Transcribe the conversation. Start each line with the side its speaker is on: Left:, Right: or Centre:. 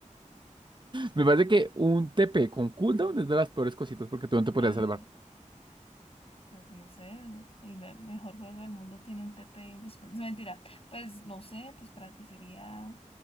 Right: Me parece que un TP con cooldown es de las peores cositas porque tú no te podrías
Left: pues
Right: salvar.
Left: Pues no sé, el, el me- mejor juego del mundo tiene un TP indispensable. Mentira, pues no sé, pues para que sería